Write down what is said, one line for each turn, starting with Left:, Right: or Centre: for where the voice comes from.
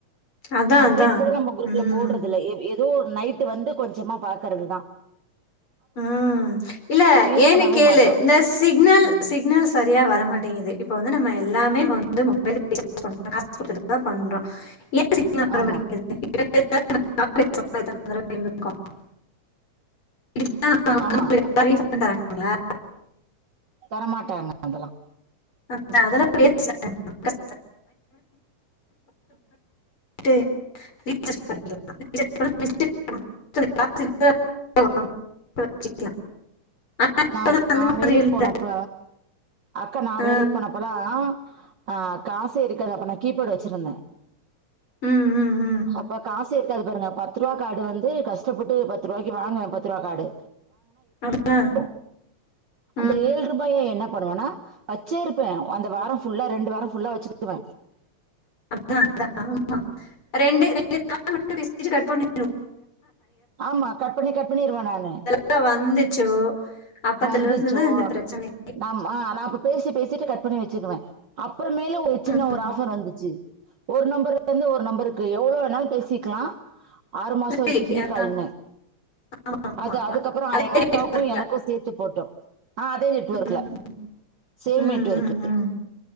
Left: அதா
Right: அப்டேட்
Left: அதா
Right: கூட நம்ம குரூப்ல
Left: ம்
Right: போடுறதுல்ல எ ஏ ஒரு நைட்டு வந்து கொஞ்சமா பாக்குறது தா
Left: ம் இல்ல
Right: யூஸ்
Left: ஏன்னு
Right: பண்ணவே
Left: கேளு
Right: மாட்டோம்
Left: இந்த சிக்னல்
Right: ம்
Left: சிக்னல் சரியாக வரமாட்டேங்குது இப்போ வந்து நம்ம எல்லாமே வந்து மொபைல் கொடு <inaudible> பண்றோ <inaudible>
Right: ஆமா
Left: <inaudible>
Right: ஆமா
Left: ரீஃபண்ட தராங்களா
Right: தரமாட்டாங்க அதெல்லா
Left: அதா அதெல்லா <inaudible> <inaudible> <inaudible> ஆனா இப்பெல்லாம்
Right: ந
Left: அந்த
Right: நா
Left: மாதிரி
Right: வேலைக்கு
Left: இல்ல
Right: போனப்ப அக்கா நான்
Left: ஆ,
Right: வேலைக்கு போனப்பல்லா ஆ காசே இருக்கது அப்பனா கீபோர்ட் வெச்சிருந்த
Left: ம் ம் ம்
Right: அப்ப காசே இருக்காது பாருங்க பத்து ரூபா கார்டு வந்து கஷ்டப்பட்டு பத்து ரூபாய்க்கு வாங்குவ பத்து ரூபா கார்டு
Left: அதான்
Right: டு அந்த
Left: ம்,
Right: ஏழு ரு பைய என்ன பண்ணுவானா வச்சு இருப்பே அந்த வாரோ புல்லா ரெண்டு வாரோ புல்லா வச்சுக்குவ
Left: <inaudible>
Right: ஆமா கட் பண்ணி கட் பண்ணிருவ நானு
Left: ப்ப வந்துச்சோ அப்பத்துல
Right: வந்துச்சோ
Left: இருந்துதா இந்த பிரச்சன
Right: நாம் ஆ நான் இப்ப பேசி பேசிட்டு கட் பண்ணி வெச்சுக்குவ அப்பறமேலு ஒரு சின்ன
Left: ம்,
Right: ஒரு ஆபர் வந்துச்சு ஒரு நம்பர் ந்து ஒரு நம்பருக்கு எவ்ளோ வேணாலு பேசிக்லா ஆறு மாசோ
Left: சரி,
Right: வரைக்கு ஃப்ரீ
Left: ஆ,
Right: கால்னு
Left: ஆமா ஆமா
Right: அது அதுக்கப்ரோ
Left: அதே
Right: எங்க அக்காவுக்கு
Left: நெட்ஒர்க்ல
Right: எனக்கு சேத்து போட்டோ ஆ அதே நெட்வொர்க்ல
Left: ம்
Right: சேம்
Left: ம்
Right: நெட்வர்க்கு
Left: ம் ம்